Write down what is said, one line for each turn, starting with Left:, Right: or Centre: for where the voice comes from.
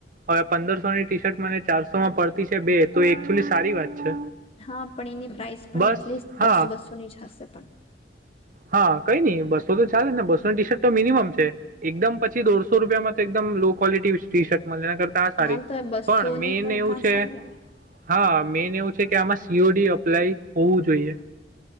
Right: હવે પંદરસોની ટી શર્ટ મને ચારસો માં પડતી છે બે તો એકચુલી સારી વાત છે.
Left: હા પણ એની પ્રાઇસ પણ
Right: બસ
Left: એટલીસ્ટ
Right: હા
Left: બસો બસોની જ હશે પણ.
Right: હા કઈ નઈ બસો તો ચાલે ને બસો ટી શર્ટ તો મિનિમમ છે એકદમ પછી દોઢસો રૂપિયામાં તો એકદમ લો ક્વોલિટી. મ કરતા આ સારી
Left: હા તો એ બસો
Right: પણ મેન
Left: ની
Right: એવું
Left: કાં
Right: છે.
Left: સારી આવે
Right: હા મેન એવું છે કે આમાં સીઓડી અપ્લાય હોવું જોઈએ.